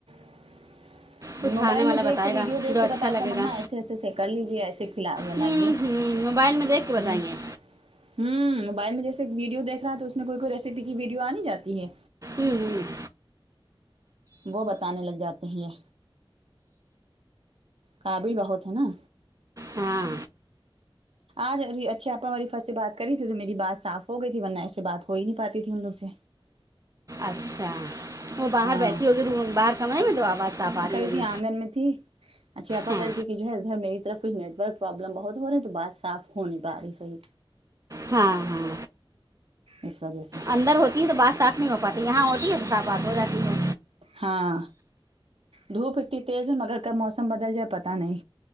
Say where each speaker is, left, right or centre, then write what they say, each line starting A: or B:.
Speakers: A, on the right; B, on the right.
A: <inaudible> موبائل
B: کچھ کھانے والا
A: میں دیکھ
B: بتائے
A: کے ویڈیو
B: گا
A: دیکھ
B: جو اچھا
A: کے بتاتا
B: لگے
A: ہے مما
B: گا
A: ایسے ایسے ایسے کر لیجیے ایسے کھلا بنائیے
B: ہوں ہوں موبائل میں دیکھ کے بتائیں
A: ہوں
B: گے
A: ہوں موبائل میں جیسے ویڈیو دیکھ رہا ہے تو اس میں کوئی کوئی ریسیپی کی ویڈیو آ نہیں جاتی ہے
B: ھمم
A: وہ بتانے لگ جاتے ہیں یہ قابل بہت ہے نا
B: ہاں
A: آج ا اچھا آپا ہمری فس سے بات کری تھی تو میری بات صاف ہو گئی تھی ورنہ ایسے بات ہو ہی نہیں پاتی تھی ہم لوگ سے
B: اچھا وہ باہر
A: ہاں
B: بیٹھی ہوگی ر باہر کمرے میں تو آواز صاف آ رہی
A: کری
B: ہوگی
A: تھی آنگن میں تھی اچھاپا
B: ہاں
A: کرتی کہ جو ہے ادھر میری طرف کچھ نٹ ورک پرابلم بہت ہو رہی ہے تو بات صف ہو نہیں پا رہی صحیح
B: ہاں ہاں
A: اس وجہ سے
B: اندر ہوتی ہیں تو بات صاف نہیں ہو پاتی یہاں ہوتی ہے تو صاف بات ہو جاتی ہے
A: ہاں دھوپ اتنی تیز ہے مگر کب موسم بدل جائے پتہ نہیں